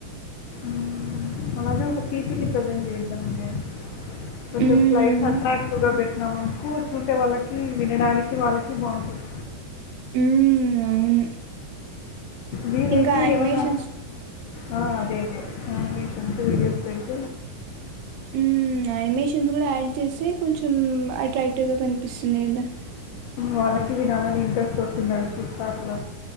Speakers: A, on the left; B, on the right.
A: మ్ వలాజా ఒక <unintelligible> ప్రజెంట్ చేద్దాండి కొంచెం
B: హ్మ్.
A: స్లైడ్స్ అట్రాక్టివ్గా పెట్టినాం అనుకో చూసే వాళ్ళకి వినడానికి వాళ్ళకి బాగుంటుంది,
B: హ్మ్. అవును.
A: వీరైతే
B: ఇంకా యానిమేషన్స్
A: ఏమన్నా అ అదే <unintelligible> వీడియోస్ పెట్
B: మ్ అనిమేషన్ కూడా యాడ్ చేస్తే కొంచెం అట్రాక్టివ్ గా కనిపిస్తుంది కదా
A: వాళ్ళకి వినాలని ఇంట్రెస్ట్ వస్తుంది చూస్తా అట్లా